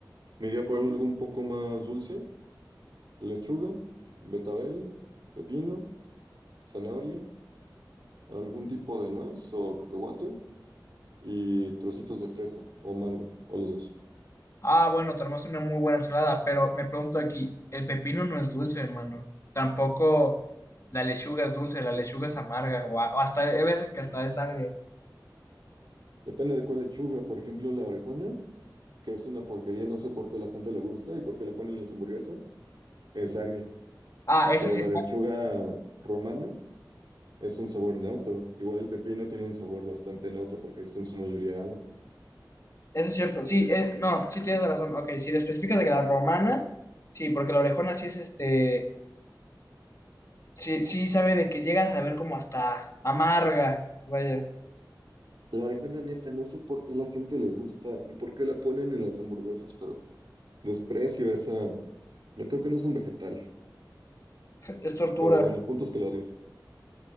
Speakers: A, on the right; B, on the left.
A: me iría por algo un poco más dulce. Lechuga, betabel, pepino, zanahoria, algún tipo de nuez o cacahuate. y trocitos de fresa o mango, o los dos.
B: Ah, bueno, te armaste una muy buena ensalada, pero me pregunto aquí, el pepino no es dulce, hermano. Tampoco la lechuga es dulce, la lechuga es amarga, o, a- o hasta, hay veces que hasta es agria.
A: Depende de cuál lechuga, por ejemplo, la orejona, que es una porquería, no sé por qué a la gente le gusta y por qué la ponen en las hamburguesas, es agria,
B: Ah, eso
A: pero
B: sí
A: la lechuga romana es un sabor neutro. Igual el pepino tiene un sabor bastante neutro porque es en su mayoría agua.
B: Eso es cierto, sí, eh, no, sí tienes razón. Ok, si le especificas de que la romana, sí, porque la orejona sí es este, sí, sí sabe de que llega a saber como hasta amarga, vaya,
A: La orejona neta, no sé por qué a la gente le gusta y por qué la ponen en las hamburguesas, pero desprecio esa, no creo que no es un vegetal,
B: es tortura.
A: pero bueno, el punto es que la odio.